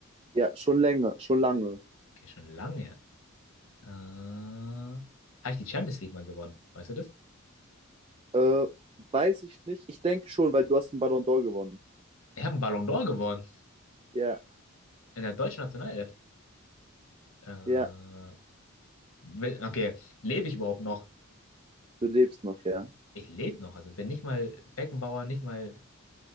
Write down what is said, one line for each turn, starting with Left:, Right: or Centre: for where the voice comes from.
Right: Ja, schon länger, schon lange.
Left: Okay, schon lange. Äh, habe ich die Champions League mal gewonnen? Weißt du das?
Right: Äh, weiß ich nicht. Ich denke schon, weil du hast den Ballon d'Or gewonnen.
Left: Ich habe einen Ballon d'Or gewonnen
Right: Ja,
Left: in der deutschen Nationalelf. Äh,
Right: ja,
Left: will- okay, lebe ich überhaupt noch?
Right: du lebst noch, ja.
Left: Ich lebe noch, also bin nicht mal Beckenbauer, nicht mal